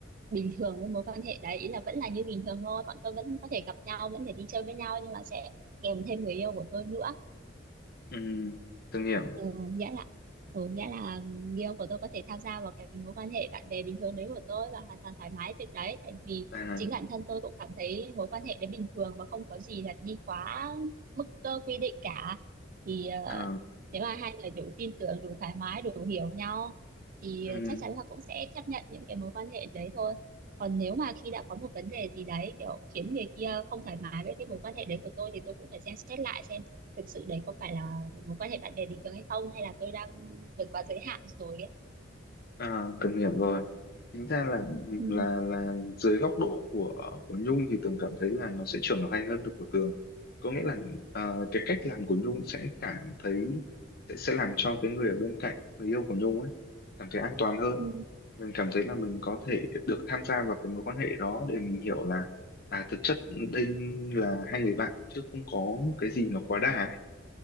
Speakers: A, on the right (about 45°); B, on the left (about 50°).
A: bình thường với mối quan hệ đấy ý là vẫn là như bình thường thôi bọn tôi vẫn có thể gặp nhau vẫn thể đi chơi với nhau nhưng mà sẽ kèm thêm người yêu của tôi nữa
B: ừ từng hiểu
A: ừ, nghĩa là ừ, nghĩa là người yêu của tôi có thể tham gia vào cái mối quan hệ bạn bè bình thường đấy của tôi và hoàn toàn thoải mái việc đấy tại vì
B: à,
A: chính bản thân tôi cũng cảm thấy mối quan hệ đấy bình thường và không có gì là đi quá mức cơ quy định cả thì ờ,
B: à,
A: nếu mà hai người đủ tin tưởng đủ thoải mái đủ hiểu nhau thì
B: ừ,
A: chắc chắn là cũng sẽ chấp nhận những cái mối quan hệ đấy thôi còn nếu mà khi đã có một vấn đề gì đấy kiểu khiến người kia không thoải mái với cái mối quan hệ đấy của tôi thì tôi cũng phải xem xét lại xem thực sự đấy có phải là mối quan hệ bạn bè bình thường hay không hay là tôi đang vượt quá giới hạn rồi ấy
B: à từng hiểu rồi chính ra là
A: Ừ.
B: là là dưới góc độ của của Nhung thì Tường cảm thấy là nó sẽ trưởng thành hơn được của Tường có nghĩa là ờ, cái cách làm của Nhung sẽ cảm thấy sẽ sẽ làm cho cái người ở bên cạnh người yêu của Nhung ấy cảm thấy an toàn hơn
A: Ừ.
B: mình cảm thấy là mình có thể được tham gia vào cái mối quan hệ đó để mình hiểu là à thực chất đây là hai người bạn chứ không có cái gì nó quá đà ấy